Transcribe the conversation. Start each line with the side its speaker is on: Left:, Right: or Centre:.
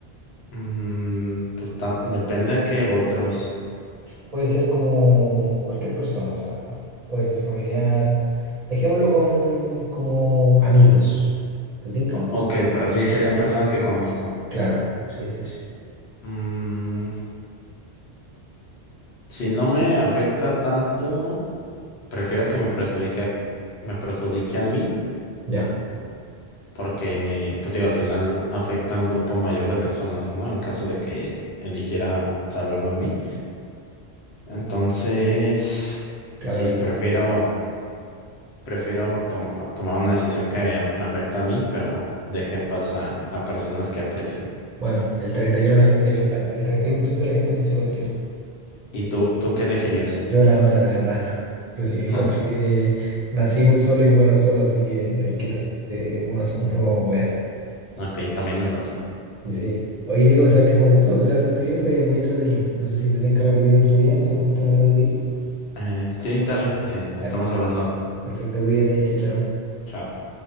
Left: Mm, pues tam- depende a qué otros.
Right: Puede ser como cualquier persona, o sea, puede ser familiar. Dejémoslo con como amigos. ¿Te tinca?
Left: Ok, pero sí serían personas que conozco.
Right: Claro, sí, sí, sí.
Left: Mm, si no me afecta tanto, prefiero que me perjudique, me perjudique a mí
Right: Ya,
Left: porque, pues digo, al final afecta a un grupo mayor de personas, ¿no? En caso de que eligiera salvarme a mí. Entonces,
Right: claro,
Left: sí,
Right: el,
Left: prefiero, prefiero toma- tomar una decisión que a- me afecta a mí, pero deje en paz a, a personas que aprecio.
Right: bueno, el treinta y uno de la gente piensa, el treinta y uno por ciento de la gente piensa igual que tú.
Left: ¿Y tú, tú qué elegirías?
Right: Yo la otra, la verdad. <laughs> Prefi- Encuentro
Left: <laughs>
Right: que nací muy solo y muero solo, así que hay que salvarse uno, uno como pueda.
Left: Ok, también es válido.
Right: Y Sí. Oye, digo, o sea, que fue un gusto, lo pasé bastante bien, fue muy entretenido. No sé si te tengo que repetir otro día, pero justo ahora me tengo que ir.
Left: Eh, sí, dale, eh, estamos
Right: Vale.
Left: hablando.
Right: Perfecto, cuídate, chao, chao.
Left: Chao.